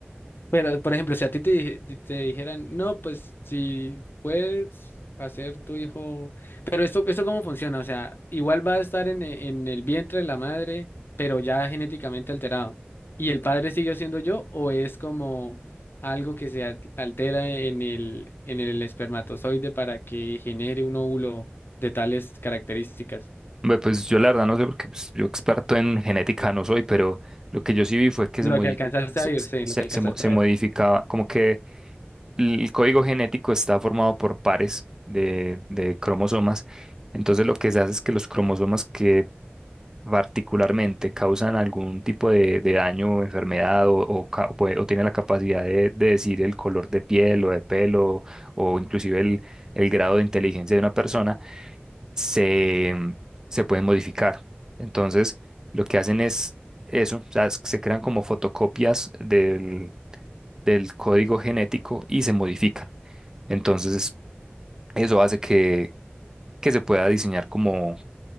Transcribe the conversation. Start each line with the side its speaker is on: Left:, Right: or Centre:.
Left: Pero, por ejemplo, si a ti te, di- te dijeran, no, pues si puedes hacer tu hijo, pero esto, esto cómo funciona, o sea, igual va a estar en, e- en el vientre de la madre, pero ya genéticamente alterado. ¿Y el padre sigue siendo yo o es como algo que se al- altera en el, en el espermatozoide para que genere un óvulo de tales características?
Right: hombre, pues yo la verdad no sé, porque pues, yo experto en genética no soy, pero lo que yo sí vi fue que
Left: Lo
Right: se, modi-
Left: que alcanzaste
Right: se,
Left: a ver,
Right: se,
Left: sí,
Right: se-
Left: lo que alcanzaste
Right: se mo- se
Left: a
Right: modificaba,
Left: ver.
Right: como que el código genético está formado por pares de, de cromosomas. Entonces lo que se hace es que los cromosomas que particularmente causan algún tipo de, de daño o enfermedad o, o, ca- o puede- o tienen la capacidad de, de decir el color de piel o de pelo o inclusive el, el grado de inteligencia de una persona, se, se pueden modificar. Entonces lo que hacen es eso, o sea, es- se crean como fotocopias del del código genético y se modifican. Entonces, eso hace que, que se pueda diseñar como,